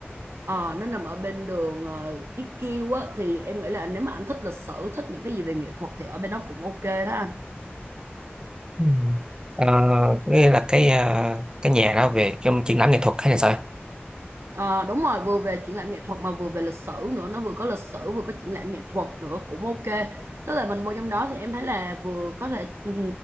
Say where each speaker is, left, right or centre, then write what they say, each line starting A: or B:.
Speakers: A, on the right (about 80°); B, on the right (about 20°).
A: ờ, nó nằm ở bên đường uh, IQ á thì em nghĩ là nếu mà anh thích lịch sử thích những cái gì về nghệ thuật thì ở bên đó cũng ok đó anh
B: Ừ. Ờ, nghĩa là cái à, cái nhà đó về trong triển lãm nghệ thuật hay là sao?
A: Ờ, đúng rồi vừa về triển lãm nghệ thuật mà vừa về lịch sử nữa nó vừa có lịch sử vừa có triển lãm nghệ thuật nữa cũng ok tức là mình vô trong đó thì em thấy là vừa có thể ừm,